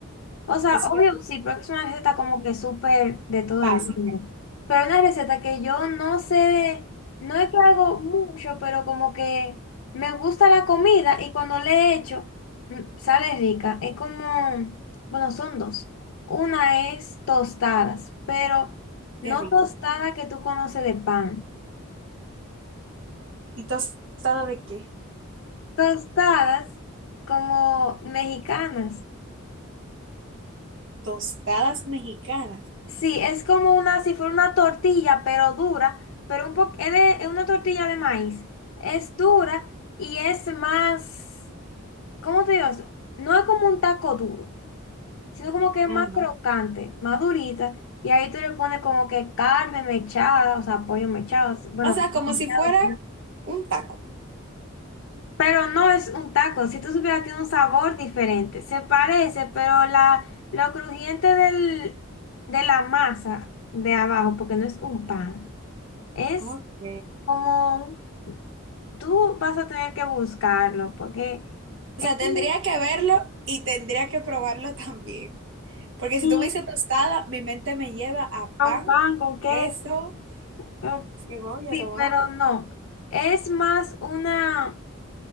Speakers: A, on the left; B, on the right.
A: O sea,
B: es una-
A: obvio sí, porque es una receta como que súper de todo
B: fácil.
A: el mundo. Pero hay una receta que yo no sé de... No es que hago mucho, pero como que me gusta la comida y cuando le he hecho, mm, sale rica. Es como... Bueno, son dos. Una es tostadas, pero no
B: Qué rico.
A: tostada que tú conoces de pan.
B: ¿Y tostada de qué?
A: Tostadas como mexicanas.
B: Tostadas mexicanas.
A: Sí, es como una, si fuera una tortilla, pero dura, pero un poco, es, de- es una tortilla de maíz. Es dura y es más, ¿cómo te digo eso? No es como un taco duro, sino como que es
B: Ajá.
A: más crocante, más durita. Y ahí tú le pones como que carne mechada, o sea, pollo mechado, bueno,
B: O sea, como
A: mechado.
B: si fuera un taco.
A: Pero no es un taco, si tú supieras, tiene un sabor diferente. Se parece, pero la, lo crujiente del, de la masa de abajo, porque no es un pan, es
B: Ok.
A: como, un- tú vas a tener que buscarlo, porque es
B: O sea,
A: como
B: tendría
A: un
B: que verlo y tendría que probarlo <laughs> también. Porque si
A: sí,
B: tú me dices tostada, mi mente me lleva a
A: a
B: pan,
A: un pan con queso.
B: queso,
A: eh,
B: cebolla,
A: Sí,
B: tomate.
A: pero no. Es más una,